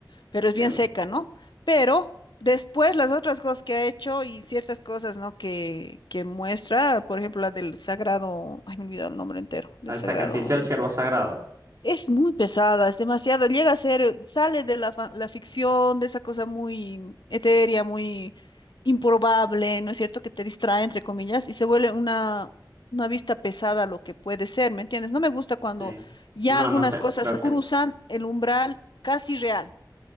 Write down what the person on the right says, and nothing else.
bien,
al
sacrificio del siervo sagrado.
Sí.
No,
no sé,
creo
que